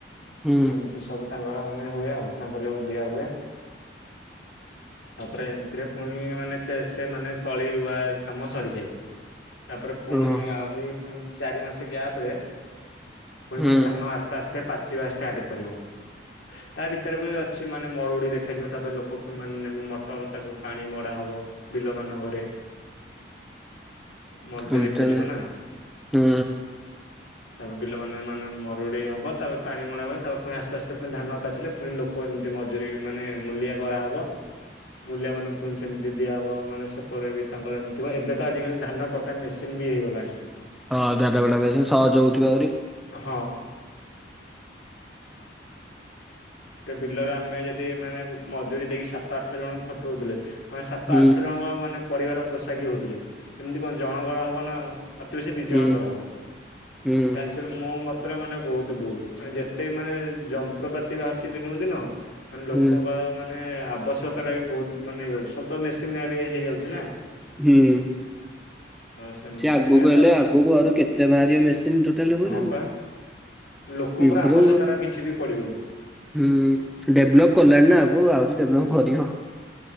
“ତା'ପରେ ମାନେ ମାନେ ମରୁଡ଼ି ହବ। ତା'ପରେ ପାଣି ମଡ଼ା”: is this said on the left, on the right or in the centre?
Left